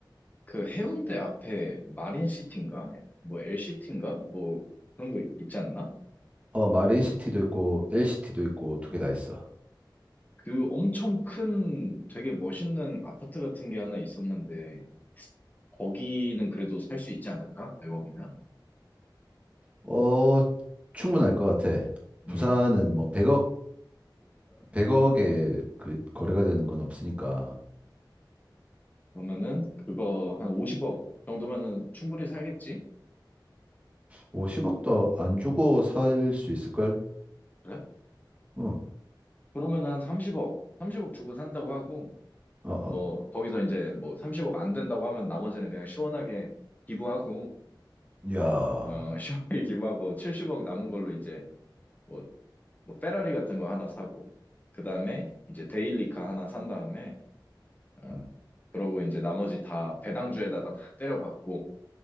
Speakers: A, on the left; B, on the right.
A: 그 해운대 앞에 마린시티인가 뭐 엘시티인가 뭐 그런 거 있지 않나?
B: 어, 마린시티도 있고 LCT도 있고 두 개 다 있어.
A: 그 엄청 큰 되게 멋있는 아파트 같은 게 하나 있었는데 거기는 그래도 살 수 있지 않을까? 100억이면?
B: 어, 충분할 것 같아. 부산은
A: 음.
B: 뭐 100억에, 100억에 그 거래가 되는 건 없으니까.
A: 그러면은 그거 한 50억 정도면은 충분히 살겠지?
B: 50억도 안 주고 살 수 있을걸?
A: 그래?
B: 어,
A: 그러면은 한 30억, 30억 주고 산다고 하고
B: 어, 어.
A: 뭐 거기서 이제 뭐 30억 안 된다고 하면 나머지는 그냥 시원하게 기부하고
B: 야,
A: 어 <laughs> 시원하게 기부하고 70억 남은 걸로 이제 뭐, 뭐 페라리 같은 거 하나 사고 그다음에 이제 데일리카 하나 산 다음에 어,
B: 음,
A: 그러고 이제 나머지 다 배당주에다가 다 때려박고